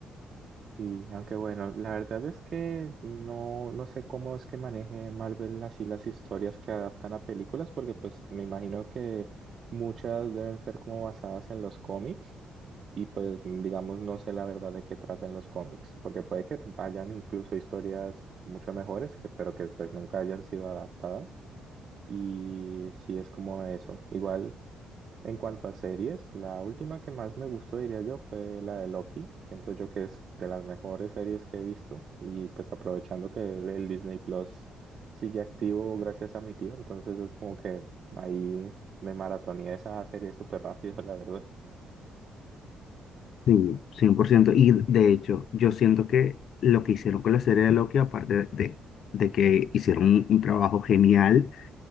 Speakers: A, on the right; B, on the left.
A: Y aunque bueno, la verdad es que no, no sé cómo es que maneje Marvel así las historias que adaptan a películas, porque pues me imagino que muchas deben ser como basadas en los cómics y pues digamos no sé la verdad de qué traten los cómics, porque puede que vayan incluso historias mucho mejores, que- pero que pues nunca hayan sido adaptadas. Y sí es como eso. Igual en cuanto a series, la última que más me gustó, diría yo, fue la de Loki. Siento yo que es de las mejores series que he visto y pues aprovechando que el, el Disney Plus sigue activo gracias a mi tío, entonces es como que ahí me maratoneé esa serie súper rápido, la verdad.
B: Sí, 100%. Y de hecho, yo siento que lo que hicieron con la serie de Loki, aparte de, de que hicieron un, un trabajo genial,